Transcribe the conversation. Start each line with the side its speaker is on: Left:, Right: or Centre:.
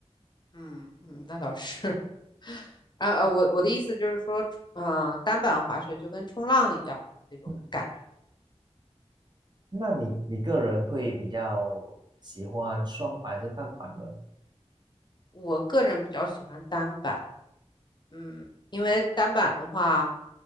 Left: 嗯嗯，那倒是。<laughs> 啊呃，我我的意思就是说，嗯、单板滑雪就跟冲浪一样那种感觉。
Right: 嗯，那你你个人会比较喜欢双板还是单板呢？
Left: 我个人比较喜欢单板，嗯，因为单板的话，